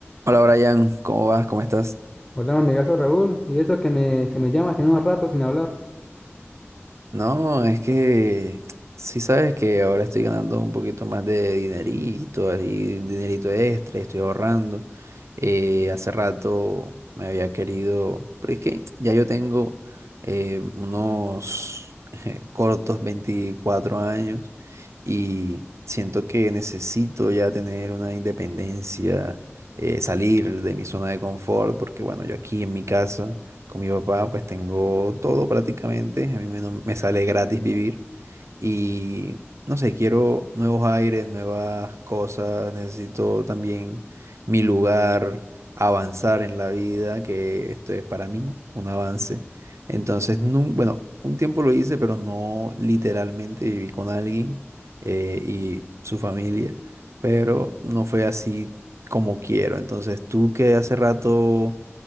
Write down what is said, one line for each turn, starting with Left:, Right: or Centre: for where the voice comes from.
Right: Hola Brian, ¿cómo vas? ¿Cómo estás?
Left: Hola, mi amigazo Raúl. Y eso que me, que me llamas, tiene unos ratos sin hablar.
Right: No, es que sí sabes que ahora estoy ganando un poquito más de dinerito, así, un dinerito extra, y estoy ahorrando. Eh, hace rato me había querido, pero es que ya yo tengo eh, unos <laughs> cortos 24 años y siento que necesito ya tener una independencia, eh, salir de mi zona de confort, porque bueno, yo aquí en mi casa con mi papá pues tengo todo prácticamente, a mí me, no- me sale gratis vivir y no sé, quiero nuevos aires, nuevas cosas, necesito también mi lugar, avanzar en la vida, que esto es para mí un avance. Entonces, nun- bueno, un tiempo lo hice, pero no literalmente viví con alguien eh, y su familia, pero no fue así como quiero. Entonces, tú que hace rato